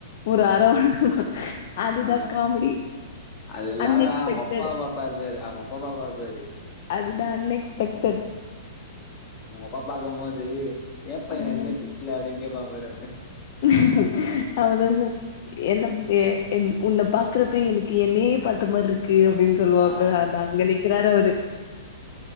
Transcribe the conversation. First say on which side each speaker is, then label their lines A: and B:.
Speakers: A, on the left (about 55°); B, on the left (about 30°).
A: ஒரு
B: ஆ
A: அர வாங்கு அதுதா
B: ஆ
A: காமெடி
B: அது இல்லாம
A: அன் எக்ஸ்பெக்டட்
B: அவங்க அப்பா பாப்பாரு பாரு அவங்க அப்பா பாப்பாரு பாரு
A: அதுதா அன் எக்ஸ் த்த
B: உங்க அப்பா பாக்கும் போது ஏன் பையன
A: ம்
B: எதுமே திட்ல அப்டின்னு கேப்பான் பாரு அவன்
A: <unintelligible> என்ன எ என் உன்ன பாக்கறப்ப எனக்கு என்னையே பாத்த மாதிரி இருக்கு அப்டின்னு சொல்லுவாப்ல
B: ஆ
A: அதா அங்க நிக்கிறாரு அவுரு